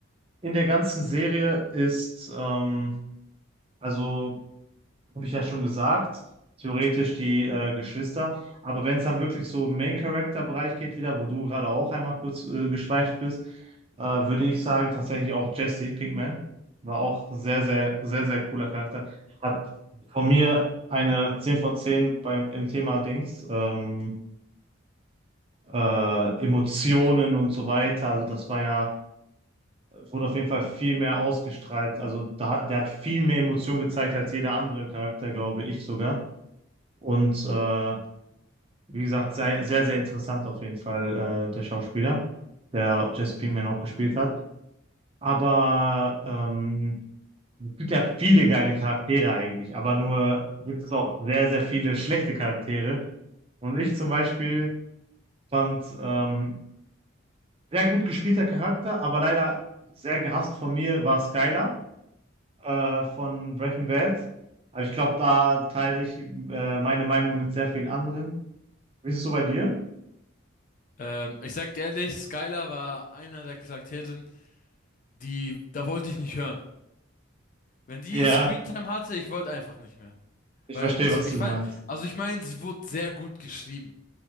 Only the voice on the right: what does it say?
in der ganzen Serie ist, ähm, also habe ich ja schon gesagt, theoretisch die äh, Geschwister. Aber wenn es dann wirklich so im Main-Character-Bereich geht, wieder, wo du gerade auch einmal kurz äh, geschweift bist, äh, würde ich sagen, tatsächlich auch Jesse Pinkman war auch sehr, sehr, sehr, sehr cooler Charakter. Hat von mir eine 10 von 10 beim, im Thema Dings, ähm, äh, Emotionen und so weiter. Also das war ja, wurde auf jeden Fall viel mehr ausgestrahlt. Also da, hat- der hat viel mehr Emotionen gezeigt als jeder andere Charakter, glaube ich sogar. Und äh, wie gesagt, sehr, sehr, sehr interessant auf jeden Fall, äh, der Schauspieler, der Jesse Pinkman auch gespielt hat. Aber ähm, es gibt ja viele geile Charaktere eigentlich, aber nur gibt es auch sehr, sehr viele schlechte Charaktere. Und ich zum Beispiel fand ähm, sehr gut gespielter Charakter, aber leider sehr gehasst von mir war Skylar äh, von Breaking Bad. Aber ich glaube, da teile ich äh, meine Meinung mit sehr vielen anderen. Wie ist es so bei dir?
Ja.
Ich
verstehe,
was
du
meinst.